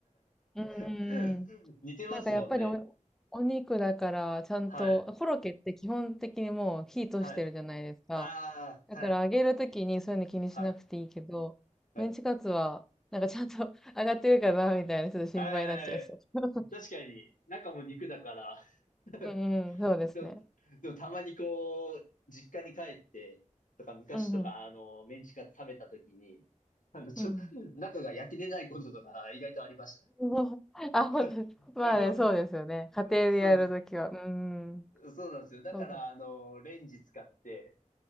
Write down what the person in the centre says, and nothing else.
うんうんうん。
なんかやっぱりお、お肉だからちゃんと、
コロッケって基本的にもう火通してるじゃないですか。
だから揚げるときにそういうの気にしなくていいけど、
メンチカツはなんかちゃんと <laughs> 揚がってるかなみたいなちょっと心配になっちゃいそう。
<laughs>
うんうん、そうですね。
うんうん。
うん。
もうあ、ほんとまあね、
そうですよね。家庭でやるときは。
うーん。
そうです。